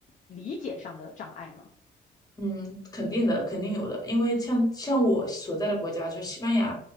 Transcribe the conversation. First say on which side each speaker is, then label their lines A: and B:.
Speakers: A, on the left; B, on the left.
A: 理解上的障碍呢？
B: 嗯，肯定的，肯定有的，因为像像我所在的国家就是西班牙，